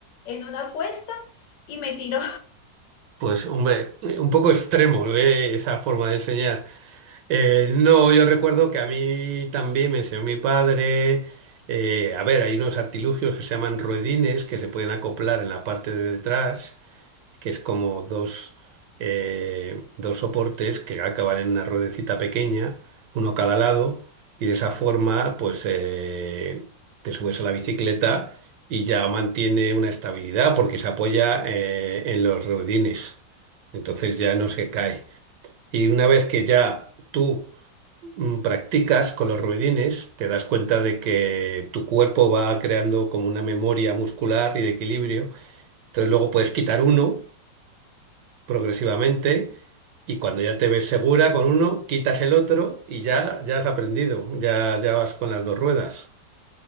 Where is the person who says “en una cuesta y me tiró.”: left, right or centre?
Left